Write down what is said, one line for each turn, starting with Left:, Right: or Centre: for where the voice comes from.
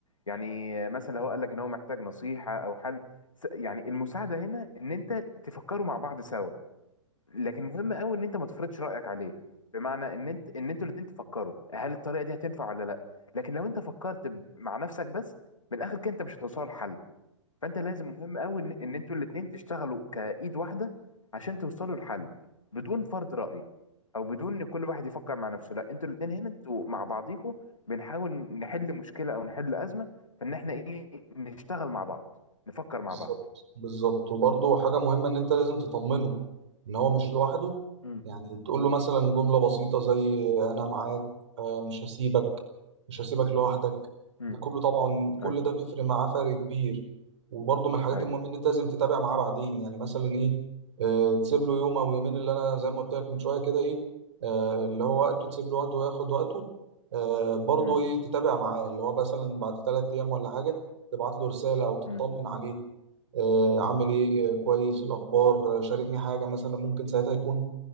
Left: يعني آه، مثلا لو هو قال لك ان هو محتاج نصيحه او حل س- يعني المساعده هنا ان انت تفكروا مع بعض سوا لكن مهم قوي ان انت ما تفرضش رايك عليه بمعنى ان انت ان انتوا الاتنين تفكروا هل الطريقه دي هتنفع ولا لا لكن لو انت فكرت ب- مع نفسك بس من الاخر كده انت مش هتوصلوا لحل فانت لازم مهم قوي ان ان انتوا الاتنين تشتغلوا كايد واحده عشان توصلوا لحل بدون فرض راي او بدون ان كل واحد يفكر مع نفسه لا انتوا الاتنين هنا انتوا مع بعضيكوا بنحاول نحل مشكله او نحل ازمه فان احنا ايه نشتغل مع بعض نفكر مع
Right: بالظبط
Left: بعض
Right: بالظبط وبرضه حاجة مهمة إن أنت لازم تطمنه إن هو مش لوحده
Left: مم.
Right: يعني تقول له مثلا جملة بسيطة زي أنا معاك آه، مش هسيبك مش هسيبك لوحدك
Left: مم.
Right: ده كله طبعا كل
Left: ايوه
Right: ده بيفرق معاه فرق كبير وبرضه من الحاجات
Left: ايوه
Right: المهمة إن أنت لازم تتابع معاه بعدين يعني مثلا إيه آه، تسيب له يوم أو يومين اللي أنا زي ما قلت لك من شوية كده إيه آه، اللي هو وقته تسيب له وقته وياخد وقته آه، برضه
Left: امم
Right: إيه تتابع معاه اللي هو مثلا بعد تلات أيام ولا حاجة تبعت له رسالة أو تطمن
Left: امم
Right: عليه آه، عامل ايه آه، كويس إيه الاخبار آه، شاركني حاجه مثلا ممكن ساعتها يكون